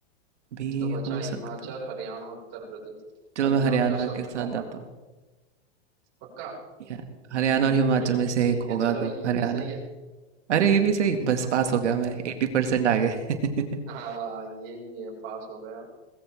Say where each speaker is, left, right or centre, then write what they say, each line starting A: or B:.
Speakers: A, on the right (about 85°); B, on the right (about 40°).
A: भी
B: तो बचा
A: हो
B: हिमाचल
A: सकता है।
B: हरियाणा उत्तर प्रदेश
A: चलो
B: पंजाब
A: मैं हरियाणा
B: तो सब
A: के साथ
B: में कॉमन
A: जाता
B: है
A: हूँ।
B: पक्का
A: या हरियाणा और हिमाचल
B: <laughs>
A: में से
B: ठीक
A: एक
B: है
A: होगा
B: चलो
A: तो
B: ये
A: हरियाणा।
B: भी सही है
A: अरे ये भी सही,
B: <laughs>
A: बस पास हो गया मैं 80% आ गए। <laughs>
B: हाँ ये भी है पास हो गए आप